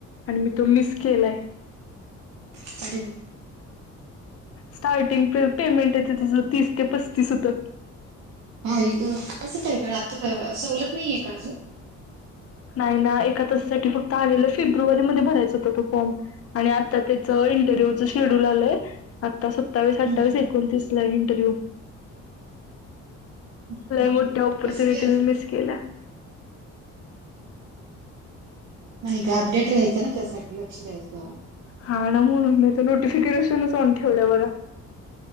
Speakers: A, on the left; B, on the right.
A: आणि मी तो मिस केलाय
B: आ बकरी
A: स्टार्टिंग पेमेंट आहे ते त्याचं तीस ते पस्तीस होतं
B: हा कसं काय आता सवलत नाहीये का अजून
A: नाही ना एका तसासाठी फक्त आलेलं फेब्रुवारी म भरायचा होत तो फॉर्म आणि आता त्याचं इंटरव्ह्यूचं शेड्यूल आलंय आता सत्तावीस
B: हम्म
A: अठ्ठावीस एकोणतीस इंटरव्यू
B: हम्म.
A: मोठे अपरचुनिट
B: कसं काय रे
A: मिस केला
B: नाही का अपडेट राहायचं ना त्यासाठी लक्ष द्यायचं
A: हा ना म्हणून मी तर नोटिफिकेशनच ऑन ठेवलं बघा